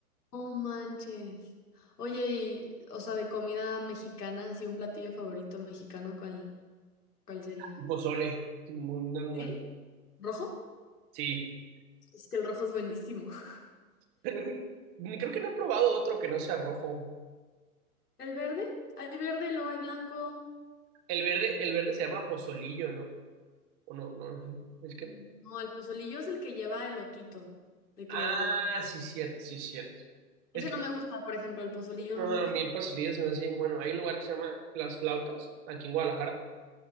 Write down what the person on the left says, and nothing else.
No manches. Oye, y, o sea, de comida mexicana, así un platillo favorito mexicano, ¿cuál, cuál sería?
¿Sí? ¿Rojo?
Es que el rojo es buenísimo. <laughs>
¿El verde? Hay verde, luego hay blanco.
Mm, No, el pozolillo es el que lleva elotito. De
que los-
Ese
no me gusta, por ejemplo, el pozolillo
no me
gusta.